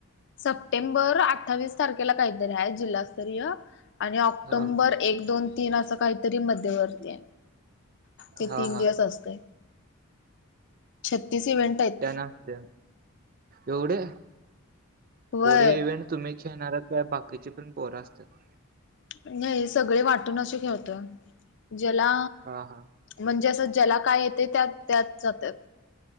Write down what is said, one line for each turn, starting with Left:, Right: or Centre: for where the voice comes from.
Left: सप्टेंबर अठ्ठावीस तारखेला काहीतरी आहे जिल्हास्तरीय. आणि ऑक्टोंबर
Right: हा हा
Left: एक दोन तीन असं काहीतरी मध्यवर्ती आय. ते
Right: हा
Left: तीन
Right: हा
Left: दिवस असतय छटिस इव्हेंट आहेत
Right: अच्छा एवढे एवढे
Left: वय
Right: नाय इव्हेंट तुम्ही खेळणार असल्यावर बाकीचे पण पोरं असत्यात?
Left: नाही सगळे वाटून असे खेळतोय ज्याला
Right: हा हा
Left: म्हणजे असं ज्याला काय येते त्या त्यात जातात.